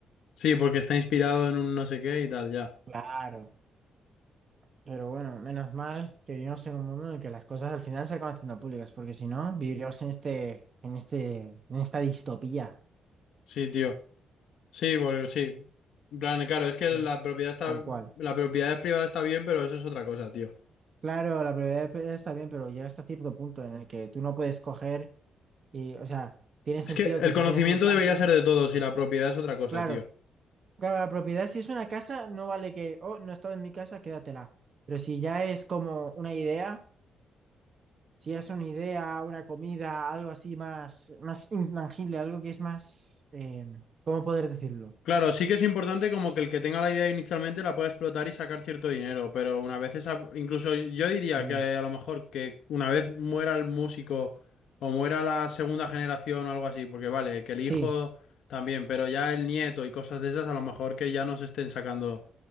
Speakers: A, on the left (about 75°); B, on the right (about 40°).
A: sí, porque está inspirado en un no sé qué y tal, ya.
B: Claro. Pero bueno, menos mal que vivimos en un mundo en el que las cosas al final se acaban haciendo públicas, porque si no, viviríamos en este, en este, en esta distopía,
A: Sí, tío. Sí, porque sí. En plan, claro, es que la
B: ¿eh?
A: propiedad está,
B: tal cual.
A: la propiedad privada está bien, pero eso es otra cosa, tío.
B: Claro, la prioridad está bien, pero llega hasta cierto punto en el que tú no puedes coger y, o sea, tiene sentido
A: Es que el
B: que si
A: conocimiento
B: tienes un campo,
A: debería ser de todos y la propiedad es otra cosa,
B: claro,
A: tío.
B: claro, la propiedad si es una casa, no vale que, oh, no he estado en mi casa, quédatela. Pero si ya es como una idea, Si es una idea, una comida, algo así más, más intangible, algo que es más, eh, ¿cómo poder decirlo?
A: Claro, sí que es importante como que el que tenga la idea inicialmente la pueda explotar y sacar cierto dinero, pero una vez esa, incluso yo diría
B: Sí,
A: que a lo mejor que una vez muera el músico o muera la segunda generación o algo así, porque vale, que el hijo
B: sí,
A: también, pero ya el nieto y cosas de esas a lo mejor que ya no se estén sacando